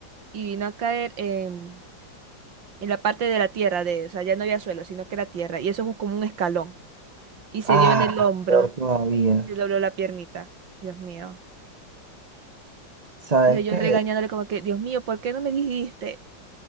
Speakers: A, on the right; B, on the right.
A: y vino a caer en, en la parte de la tierra, de, o sea, ya no había suelo, sino que era tierra, y eso es un- como un escalón, y se
B: Ah,
A: dio en el hombro
B: peor todavía.
A: se dobló la piernita. Dios mío.
B: ¿Sabes
A: Entonces yo
B: qué?
A: regañándole como que, Dios mío, ¿por qué no me dijiste?